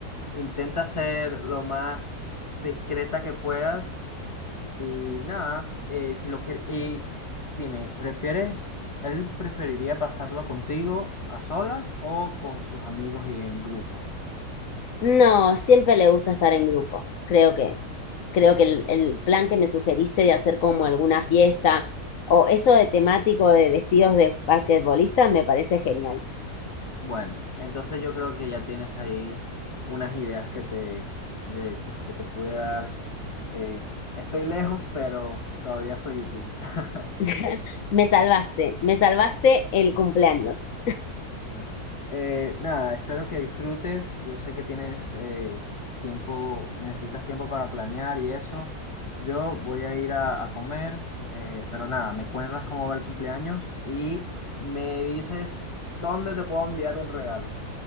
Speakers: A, on the left; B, on the left.
A: intenta ser lo más discreta que puedas Y nada, eh, si lo quieres, y dime, ¿prefieres, él preferiría pasarlo contigo a solas o con sus amigos y en grupo?
B: No, siempre le gusta estar en grupo. Creo que, creo que el, el plan que me sugeriste de hacer como alguna fiesta o eso de temático de vestidos de basquetbolista me parece genial.
A: Bueno, entonces yo creo que ya tienes ahí unas ideas que te, de- que te pude dar. Eh, estoy lejos, pero todavía soy útil. <laughs>
B: <laughs> Me salvaste, me salvaste el cumpleaños.
A: Bueno, eh, nada, espero que disfrutes. Yo sé que tienes eh, tiempo, necesitas tiempo para planear y eso. Yo voy a ir a, a comer, eh, pero nada, me cuentas cómo va el cumpleaños y me dices dónde te puedo enviar un regalo.